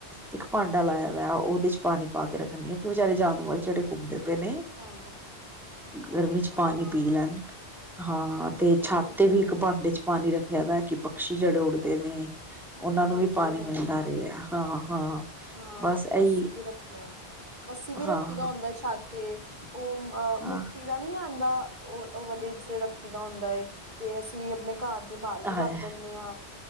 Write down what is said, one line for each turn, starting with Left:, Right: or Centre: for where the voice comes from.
Centre: ਇੱਕ ਭਾਂਡਾ ਲਾਇਆ ਵਾ ਉਹਦੇ ਚ ਪਾਣੀ ਪਾ ਕੇ ਰੱਖਣੀ ਆ ਕਿ ਵਿਚਾਰੇ ਜਾਨਵਰ ਜਿਹੜੇ ਘੁੰਮਦੇ ਨੇ
Right: ਅੱਛਾ
Centre: ਗਰਮੀ ਚ
Right: ਹਾਂ
Centre: ਪਾਣੀ ਪੀ ਲੈਣ ਹਾਂ ਤੇ ਛੱਤ।
Right: ਹਾਂਜੀ
Centre: ਛੱਤ ਤੇ ਵੀ ਇੱਕ ਭਾਂਡੇ ਚ ਪਾਣੀ ਰੱਖਿਆ ਵਾ ਕਿ। ਪਕਸ਼ੀ ਜਿਹੜੇ ਉੱਡਦੇ ਨੇ ਉਹਨਾਂ ਨੂੰ
Right: ਹਾਂਜੀ
Centre: ਵੀ ਪਾਣੀ
Right: ਹਾਂਜੀ
Centre: ਮਿਲਦਾ ਰਿਹਾ ਹਾਂ ਹਾਂ।
Right: ਹਾਂ
Centre: ਬਸ ਇਹੀ
Right: ਅੱਸੀ ਵੀ ਰੱਖਦੇ ਹਾਂ ਅੱਸੀ ਵੀ ਰੱਖੀ
Centre: ਹਾਂ
Right: ਦਾ ਹੁੰਦਾ ਛਤ ਤੇ ਓ ਆ ਮਿੱਟੀ।
Centre: ਹਾਂ
Right: ਨੀ ਆਉਂਦਾ <unintelligible> ਉਹ ਵਾਲੇ ਚ ਰੱਖੀ ਦਾ ਹੁੰਦਾ ਏ ਤੇ ਅਸੀਂ ਆਪਣੇ ਘਰ ਦੇ ਬਾਹਰ ਵੀ
Centre: ਹਾਂ
Right: ਰੱਖ
Centre: ਹੈ
Right: ਦਿੰਨੇ ਹਾਂ